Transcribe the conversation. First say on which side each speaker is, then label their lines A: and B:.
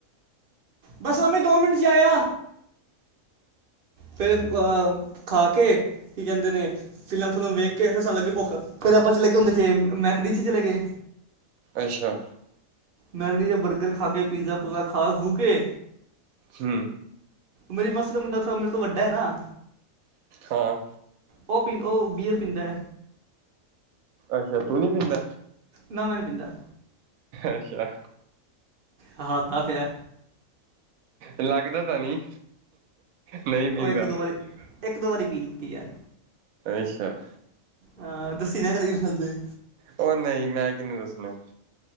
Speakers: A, on the right; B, on the right.
A: ਬਸ ਮੰਮੀ ਦੋ ਮਿੰਟ ਚ ਆਇਆ। ਫਿਰ ਅ ਖਾ ਕੇ, ਕੀ ਕਹਿੰਦੇ ਨੇ, ਫਿਲਮ ਫੁਲਮ ਵੇਖ ਕੇ ਫਿਰ ਸਾਨੂੰ ਲੱਗੀ ਭੁੱਖ, ਫਿਰ ਆਪਾਂ ਚਲੇ ਗਏ ਹੁੰਦੇ ਜੇ ਮੈਕੜੀ ਚ ਚਲੇ ਗਏ।
B: ਅੱਛਾ,
A: ਮੈਕੜੀ ਦੇ ਬਰਗਰ ਖਾ ਕੇ ਪੀਜ਼ਾ ਪੂਜ਼ਾ ਖਾ ਖੂ ਕੇ,
B: ਹੂੰ,
A: ਮੇਰੀ ਮਾਸੀ ਦਾ ਮੁੰਡਾ ਮੇਰੇ ਤੋਂ ਵੱਡਾ ਹੈ ਨਾ,
B: ਹਾਂ,
A: ਉਹ ਪੀਂ ਉਹ ਬੀਅਰ ਪੀਂਦਾ।
B: ਅੱਛਾ ਤੂੰ ਨੀ ਪੀਂਦਾ,
A: ਨਾ ਮੈ ਨਹੀ ਪੀਂਦਾ,
B: ਅੱਛਾ,
A: ਹਸਦਾ ਪਿਆ।
B: ਲੱਗਦਾ ਤਾਂ ਨੀ, ਨਹੀਂ ਪੀਂਦਾ।
A: ਉਹ ਇੱਕ ਦੋ ਵਾਰੀ ਇੱਕ ਦੋ ਵਾਰੀ ਪੀ ਲਿੱਤੀ ਯਾਰ,
B: ਅੱਛਾ,
A: ਹਾਂ ਦੱਸੀ ਨਾ ਕਲੇ ਫਦੇ
B: ਉਹ ਨਹੀਂ, ਮੈਂ ਕਿਹਨੂੰ ਦੱਸਣਾ।